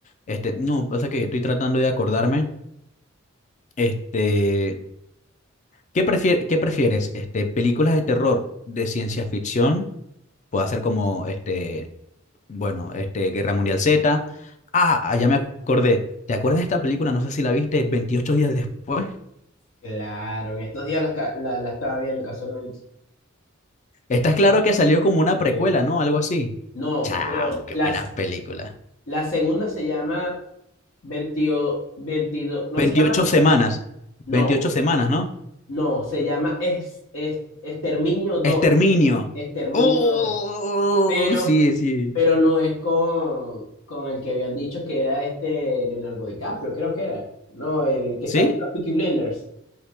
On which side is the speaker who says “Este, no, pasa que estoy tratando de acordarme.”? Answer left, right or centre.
Left